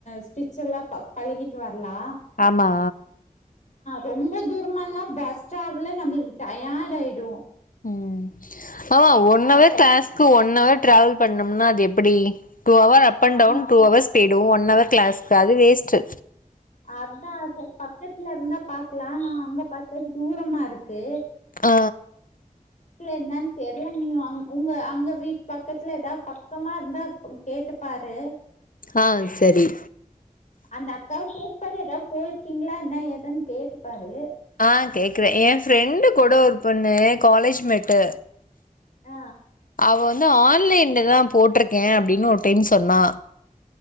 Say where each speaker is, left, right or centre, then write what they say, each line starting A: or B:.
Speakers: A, on the left; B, on the left.
A: ஸ்டிச்ல்லாம் பழகிட்டு வரலாம்
B: ஆமா
A: ரொம்ப தூரமானா பஸ் டிராவலே நம்மளுக்கு டயர்ட் ஆயிடும்
B: ம் ஆமா one hour class one hour travel பண்ணும்னா அது எப்டி டூ அவர் அப் அண்ட்
A: ஆமா
B: டவுன் டூ அவர்ஸ் பேய்டும் ஒன் அவர் கிளாஸுக்கு அது வேஸ்ட்டு
A: அதான் செரி பக்கத்துல இருந்தா பாக்கலாம் நான் அங்க பாத்தேன் தூரமா இருக்கு
B: ஆ
A: இல்ல என்னான்னு தெரில நீ உங்க அங்க வீட்டு பக்கத்துல ஏதாவது பக்கமா இருந்தா <inaudible> கேட்டு பாரு
B: ஆ சரி
A: அந்த அக்காவை கேட்டுப்பாரு ஏதாவது போயிருக்கீங்களா என்ன ஏதன்னு கேட்டுப்பாரு
B: ஆஹ கேக்குறேன் என் ஃப்ரெண்டு கூட ஒரு பொண்ணு காலேஜ்மெட்டு
A: ஆ
B: அவ வந்து ஆன்லைன்லதான் போட்டிருக்கே அப்படின்னு ஒரு டைம் சொன்னா